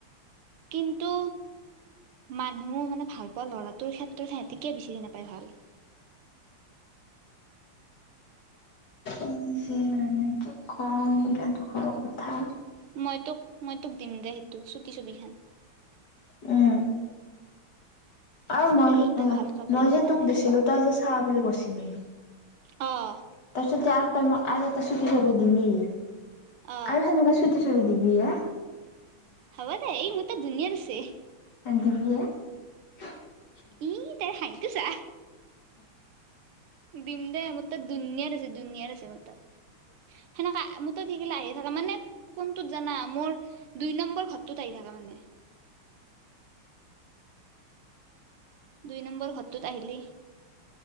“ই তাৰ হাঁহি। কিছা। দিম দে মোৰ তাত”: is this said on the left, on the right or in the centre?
Right